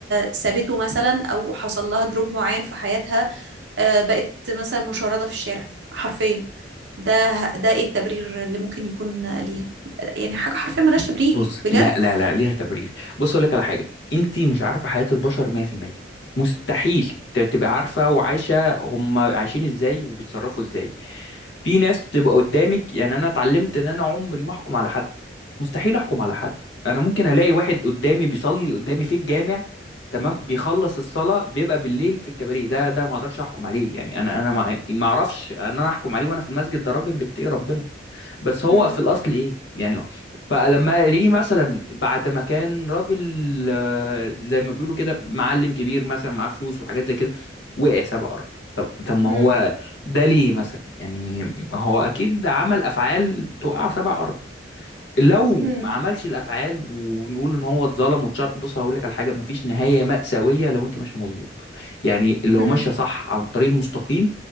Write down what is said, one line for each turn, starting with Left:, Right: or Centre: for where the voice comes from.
Right: سابته مثلا او حصل لها دروب معين في حياتها آه، بقت مثلا مشردة في الشارع حرفيا ده ده ايه التبرير اللي ممكن يكون آه، ليها يعني حاجة حرفيا ملهاش تبرير
Left: بص
Right: بجد
Left: لا لا لا ليها تبرير بص اقول لك على حاجه انت مش عارفه حياه البشر 100% مستحيل ت- تبقى عارفه وعايشه هم عايشين ازاي وبيتصرفوا ازاي في ناس بتبقى قدامك يعني انا اتعلمت ان انا عمري ما احكم على حد مستحيل احكم على حد انا ممكن الاقي واحد قدامي بيصلي قدامي في الجامع تمام بيخلص الصلاه بيبقى بالليل في الكباريه ده ده ما اقدرش احكم عليه يعني انا انا ما ما اعرفش ان انا احكم عليه وانا في المسجد ده راجل بيتقي ربنا بس هو
Right: مم.
Left: في الاصل ايه يعني هو- فلما ليه مثلا بعد ما كان راجل آه، زي ما بيقولوا كده معلم كبير مثلا معاه فلوس وحاجات زي كده وقع سبع ارض طب طب ما
Right: مم.
Left: هو ده ليه مثلا يعني هو اكيد عمل افعال توقع سبع ارض لو
Right: مم.
Left: ما عملش الافعال ونقول ان هو اتظلم واتشر بص هقول لك على حاجه مفيش نهايه مأساويه لو انت ماشيه مظبوط يعني لو
Right: مم.
Left: ماشيه صح عن الطريق المستقيم